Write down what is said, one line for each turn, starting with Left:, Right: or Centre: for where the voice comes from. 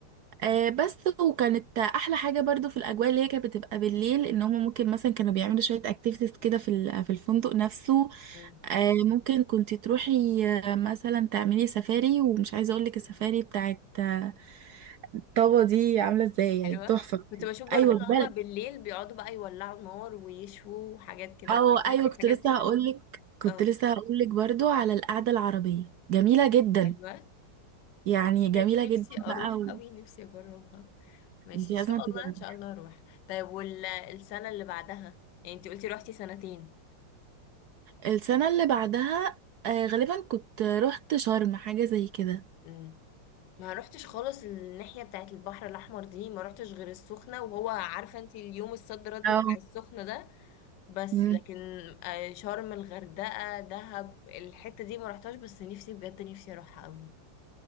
Right: آه بس وكانت احلى حاجه برضو في الاجواء اللي هي كانت بتبقى بالليل ان هم ممكن مثلا كانوا بيعملوا شويه اكتيفيتيز كده في ال- في الفندق نفسه
Left: مم.
Right: آه ممكن كنت تروحي آه، مثلا تعملي سفاري ومش عايزه اقول لك السفاري بتاعت آه، طابا دي عامله ازاي يعني
Left: حلوة
Right: تحفه
Left: كنت بشوف برضو
Right: ايوه
Left: ان
Right: بل
Left: هما بالليل بيقعدوا بقى يولعوا نار ويشووا وحاجات كده
Right: او ايوه
Left: عملتي الحاجات
Right: كنت لسه
Left: دي
Right: هقول لك كنت
Left: اه
Right: لسه هقول لك برضو على القعده العربيه جميله جدا
Left: حلوة
Right: يعني
Left: بجد
Right: جميله جدا
Left: نفسي اروح
Right: بقى و...
Left: قوي نفسي اجربها ماشي
Right: انت
Left: ان
Right: لازم
Left: شاء
Right: تجربيها
Left: الله ان شاء الله اروح طيب والسنه اللي بعدها يعني انت قلتي روحتي سنتين
Right: السنة اللي بعدها آه، غالبا كنت رحت شرم حاجة زي كده
Left: امم ما روحتش خالص الناحيه بتاعت البحر الاحمر دي ما روحتش غير السخنه وهو عارفه انت اليوم الصد رد
Right: اه
Left: بتاع السخنه ده بس
Right: مم.
Left: لكن آه، شرم الغردقه دهب الحته دي ما روحتهاش بس نفسي بجد نفسي اروحها قوي